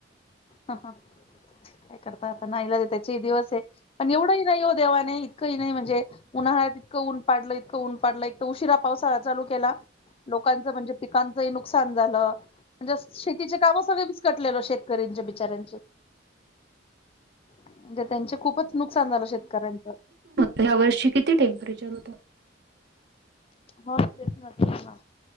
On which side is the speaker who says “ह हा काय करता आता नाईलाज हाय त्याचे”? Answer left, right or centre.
Left